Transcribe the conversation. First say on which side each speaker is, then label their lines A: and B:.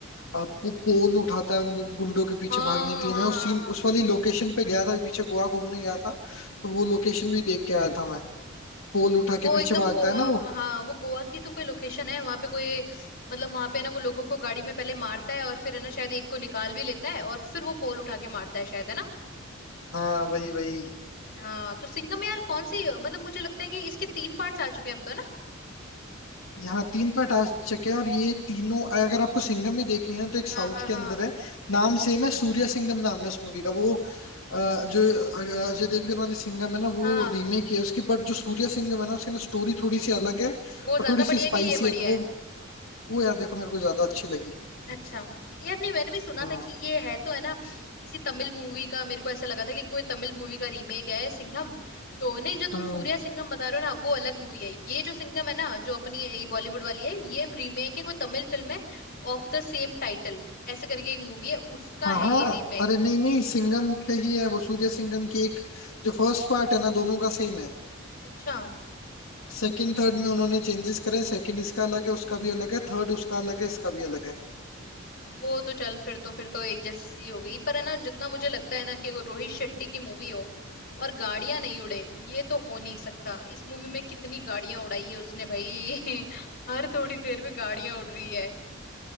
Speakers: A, on the left (about 80°); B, on the left (about 45°).
A: अ, पो- पोल उठाता है उनको गुंडों के पीछे
B: हाँ
A: भागने के लिए
B: हाँ
A: मैं
B: हाँ
A: उस सीन
B: हाँ
A: उस वाली लोकेशन पे गया था पीछे गोवा घूमने गया
B: हम्म
A: था
B: हम्म हम्म
A: तो
B: हम्म।
A: वो लोकेशन भी देख के आया था मैं पोल उठा
B: वो
A: के
B: एकदम
A: पीछे भागता
B: पो-
A: है ना वो
B: हाँ वो गोवा की तो कोई लोकेशन है वहां पे कोई मतलब वहां पे ना वो लोगों को गाड़ी में पहले मारता है और फिर है ना शायद एक को निकाल भी लेता है और फिर वो पोल उठा के मारता है शायद है ना
A: हाँ वही वही
B: हाँ तो सिंघम यार कौन सी मतलब मुझे लगता है कि इसके तीन पार्ट्स आ चुके हैं अब तो है ना
A: यहाँ तीन पार्ट आ चुके हैं और ये तीनों अगर आपको सिंघम ही देखनी है ना तो एक साउथ
B: हाँ हाँ हाँ
A: के अंदर है नाम सेम है सूर्या सिंघम नाम है उस मूवी का वो अ, जो अ, अजय देवगन वाली सिंघम है ना वो
B: हाँ
A: रीमेक है उसकी बट जो सूर्या सिंघम है ना उसकी ना स्टोरी थोड़ी सी अलग है और
B: वो ज्यादा
A: थोड़ी
B: बढ़िया
A: सी
B: है
A: स्पाइसी
B: कि ये बढ़िया
A: है तो वो
B: है
A: वो यार देखो मेरे को ज्यादा अच्छी लगी
B: अच्छा यार नहीं मैंने भी सुना
A: हाँ
B: था कि ये है तो है ना किसी तमिल मूवी का मेरे को ऐसा लगा था कि कोई तमिल मूवी का रीमेक है सिंघम तो नहीं जो तुम
A: हाँ
B: सूर्या सिंघम बता रहे हो ना वो अलग मूवी है ये जो सिंघम है ना जो अपनी ये बॉलीवुड वाली है ये रीमेक है कोई तमिल फिल्म है ऑफ द सेम टाइटल ऐसे करके एक मूवी है उसका
A: हाँ
B: है
A: हाँ,
B: ये रीमेक
A: अरे नहीं नहीं सिंघम का ही है वो सूर्या सिंघम की एक जो फर्स्ट पार्ट है ना दोनों का सेम है
B: अच्छा
A: सेकंड थर्ड में उन्होंने चेंजेस करे सेकंड इसका अलग है उसका भी अलग है थर्ड उसका अलग है इसका भी अलग है
B: वो तो चल फिर तो फिर तो एक जैसी सी हो गई पर है ना जितना मुझे लगता है ना कि अगर रोहित शेट्टी की मूवी हो और गाड़ियां नहीं उड़े ये तो हो नहीं सकता इस मूवी में कितनी गाड़ियां उड़ाई है उसने भाई <laughs> हर थोड़ी देर में गाड़ियां उड़ रही है